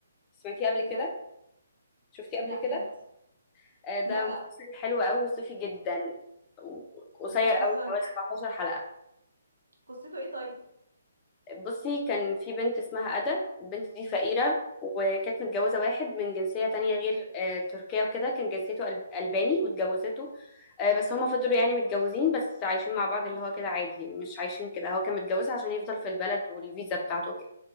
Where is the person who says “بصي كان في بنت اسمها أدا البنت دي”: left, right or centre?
Left